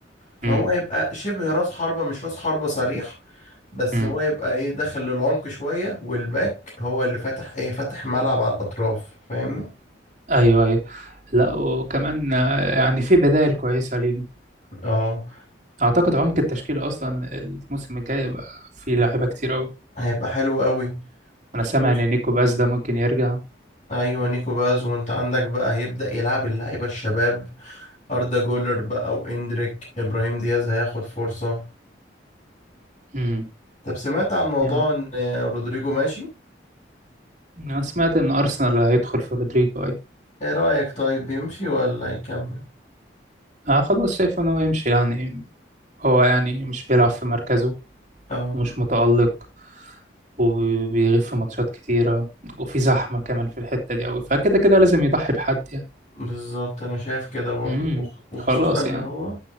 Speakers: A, on the left; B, on the right.
A: فهو
B: امم
A: يبقى شبه راس حربة مش راس حربة صريح بس
B: امم
A: هو يبقى ايه دخل للعمق شوية والباك هو اللي فتح ايه فتح ملعب على الأطراف فاهمني
B: ايوه ايوه لا وكمان آه، يعني في بدائل كويسه ليهم
A: اه
B: اعتقد عمق التشكيله اصلا الموسم الجاي يبقى في لعيبه كتير قوي
A: هيبقى حلو قوي وخصوصا
B: انا سامع ان نيكو باس ده ممكن يرجع
A: ايوه نيكو باز وانت عندك بقى هيبدأ يلعب اللعيبة الشباب أردا جولر بقى واندريك إبراهيم دياز هياخد فرصة
B: امم
A: طب سمعت عن موضوع
B: يعني
A: ان رودريجو ماشي
B: انا سمعت ان ارسنال هيدخل في رودريجو اي
A: ايه رأيك طيب يمشي ولا يكمل
B: آه خلاص شايف انه يمشي يعني هو يعني مش بيلعب في مركزه
A: اه
B: ومش متألق وبيغيب في ماتشات كتيرة وفي زحمة كمان في الحتة دي أوي فكده كده لازم يضحي بحد يعني
A: بالظبط انا شايف كده برضو
B: امم
A: وخ- وخصوصا
B: خلاص
A: ان
B: يعني
A: هو